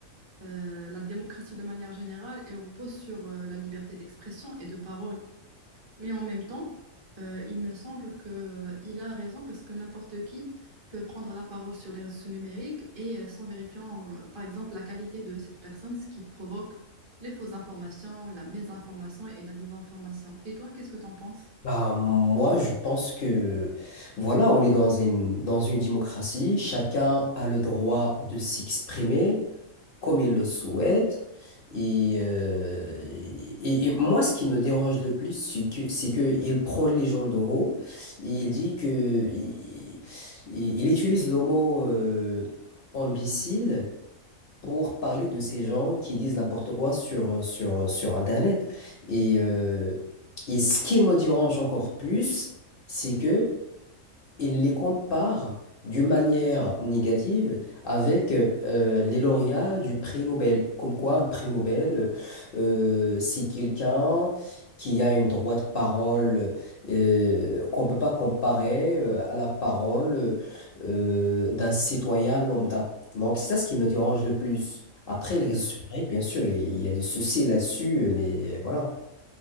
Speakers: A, on the right; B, on the left.
A: euh, la démocratie de manière générale, elle repose sur euh, la liberté d'expression et de parole. Mais en même temps, euh, il me semble que, euh, il a raison parce que n'importe qui peut prendre la parole sur les réseaux numériques et euh, sans vérifiant, euh, par exemple, la qualité de cette personne, ce qui provoque les fausses informations, la mésinformation et la désinformation. Et toi, qu'est-ce que t'en penses?
B: Bah, moi, je pense que, voilà, on est dans une, dans une démocratie. Chacun a le droit de s'exprimer comme il le souhaite. Et, euh, et, et moi, ce qui me dérange le plus, c'est que, c'est que il prend les gens de haut. et Il dit que, il, il- il utilise le mot, euh, imbécile pour parler de ces gens qui disent n'importe quoi sur, sur, sur Internet. Et, euh, et ce qui me dérange encore plus, c'est que il les compare d'une manière négative avec euh, les lauréats du prix Nobel. Comme quoi, un prix Nobel, euh, c'est quelqu'un qui a une droite de parole euh, qu'on ne peut pas comparer euh, à la parole euh, d'un citoyen lambda. Donc, c'est ça ce qui me dérange le plus. Après, les réseaux sociaux, bien sûr, il y a des soucis là-dessus, mais voilà.